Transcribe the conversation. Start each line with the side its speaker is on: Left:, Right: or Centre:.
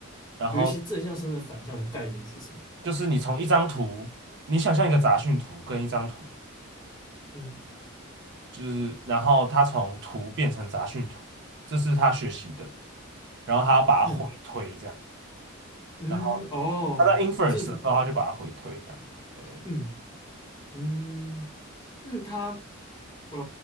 Right: 然后
Left: 尤其正向身份反向的概念是什么？
Right: 就是你从一张图，你想象一个杂讯图跟一张图。
Left: 嗯
Right: 就是然后他从图变成杂讯图，这是他学习的，然后他要把它回推这样，
Left: 嗯嗯，
Right: 然后他在
Left: 哦，
Right: inference
Left: 这是
Right: 的时候他就把它回推这样，对对对，
Left: 嗯嗯嗯，他呃，